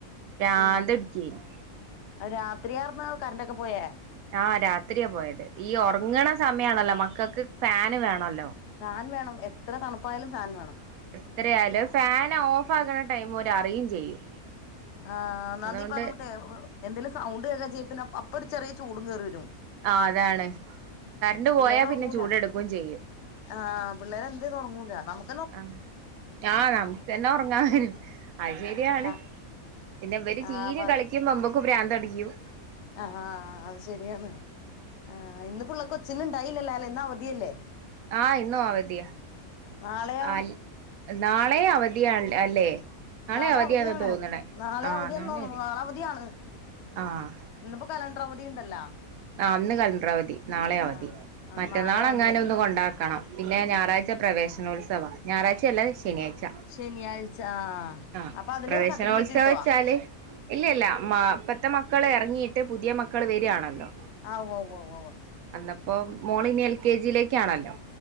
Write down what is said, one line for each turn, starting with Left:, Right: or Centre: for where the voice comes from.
Right: പ്രാന്ത്
Left: ആഹ്
Right: പിടിക്കേനി
Left: അത് രാത്രിയാർന്നോ കറന്റൊക്കെ പോയേ
Right: ആഹ് രാത്രിയാ പോയത് ഈ ഒറങ്ങണ സമയാണല്ലോ മക്കക്ക് ഫാന് വേണല്ലോ
Left: ഫാൻ വേണം എത്ര തണുപ്പായാലും ഫാൻ വേണം
Right: എത്ര ആയാലും ഫാന് ഓഫാക്ക്ണ ടൈമ് ഓലറിയും ചെയ്യും
Left: ആ നന്ദി
Right: അതുകൊണ്ട്
Left: പറഞ്ഞൂട്ടെ എന്തേലും സൗണ്ട് കേക്കെ ചെയ്യ പിന്നെ അപ്പൊ ഒരു ചെറിയ ചൂടും കേറി വരും
Right: ആഹ് അതാണ് കറണ്ട്
Left: പിള്ളേര്
Right: പോയാ
Left: ഒറങ്ങൂല
Right: പിന്നെ ചൂടെടുക്കയും ചെയ്യും
Left: ആഹ് പിള്ളേരെ എന്തെയ്തെ ഒറങ്ങൂല നമുക്ക്
Right: ആ ആഹ് നമുക്കന്നെ ഒറങ്ങാൻ കഴണില്ല അത് ശരിയാണ്
Left: ആഹ്
Right: പിന്നെ ഇവര്
Left: ആഹ്
Right: ചീഞ്
Left: അപ്പ
Right: കളിക്കുമ്പോ അമ്മക്കും ഭ്രാന്ത അടിക്കും
Left: ആഹാ അത് ശരിയാണ് ആ് ഇന്ന് പിള്ളക്ക കൊച്ചിന ഇണ്ടായില്ല ല്ലേ? ഇന്ന് അവധിയല്ലേ?
Right: ആഹ് ഇന്നും അവധിയ
Left: നാളെയോ
Right: ആ നാളെ അവധിയാണ് അല്ലെ? നാളേം
Left: നാളെ
Right: അവധിയാന്ന
Left: അവധിയാണ്
Right: തോന്ന്ണെ
Left: നാളെ
Right: ആഹ്
Left: അവധിയാന്ന്
Right: നാളെ അവധി
Left: അവധിയാണ്
Right: ആഹ്
Left: ഇന്ന്പ്പോ കലണ്ടർ അവധിയ്ണ്ടല്ലാ?
Right: ആഹ് ഇന്ന് കലണ്ടറവതി നാളെ അവതി
Left: ആഹ് ആഹ്
Right: മറ്റന്നാളെങ്ങാനും
Left: നാളെ അവധിയാ
Right: ഒന്ന് കൊണ്ട ക്കണം പിന്നെ ഞായറാഴ്ച പ്രവേശോത്സവ ഞായറാഴ്ചയല്ലാ ശനിയായ യ്ച്ച
Left: ശനിയാഴ്ച ആഹ്
Right: ആഹ്
Left: അപ്പൊ അതിന്
Right: പ്രവേശനോത്സവം
Left: സർട്ടിഫിക്കറ്റ് കിട്ടോ
Right: വെച്ചാല്
Left: ആഹ്
Right: ഇല്ല ഇല്ല മ ഇപ്പത്തെ മക്കൾ എറങ്ങിയിട്ട് പുതിയ മക്കൾ വരാണല്ലോ
Left: ആഹ് ഒവ്വ് ഒവ്
Right: അന്നപ്പോ മോളിനി എൽ കെ ജിയിലേക്കാണല്ലോ